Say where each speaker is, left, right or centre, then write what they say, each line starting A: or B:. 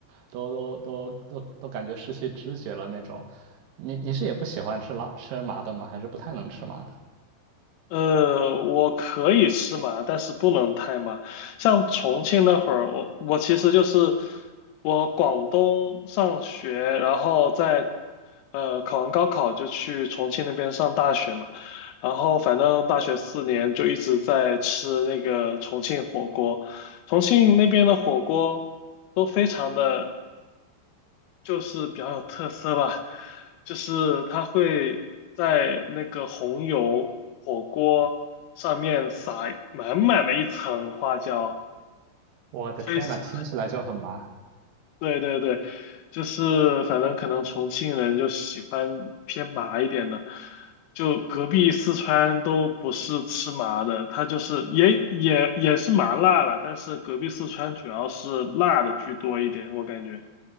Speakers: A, on the right; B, on the left.
A: 都、都、都、都、都感觉失去知觉了那种。你你是也不喜欢吃辣、吃麻的吗？还是不太能吃麻的？
B: 呃，我可以吃麻，但是不能太麻。像重庆那会儿，我我其实就是我广东上学，然后在呃考完高考就去重庆那边上大学嘛，然后反正大学四年就一直在吃那个重庆火锅，重庆那边的火锅都非常的。就是比较有特色吧，就是它会在那个红油火锅上面撒满满的一层花椒，
A: 我的天呐，
B: 非是，
A: 听起来就很麻。
B: 对对对，就是反正可能重庆人就喜欢偏麻一点的，就隔壁四川都不是吃麻的，它就是也也也是麻辣了，但是隔壁四川主要是辣的居多一点，我感觉。